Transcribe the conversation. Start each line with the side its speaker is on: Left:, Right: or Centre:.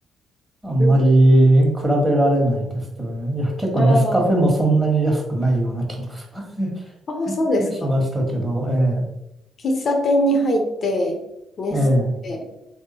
Right: あんまり比べられないですけどね。
Left: うん
Right: いや、結構ネスカフェもそんなに安くないような気も
Left: ああ
Right: <laughs>
Left: ああそうですか。
Right: しましたけど、え
Left: 喫茶店に入って、ネスカフェ
Right: え、ええ。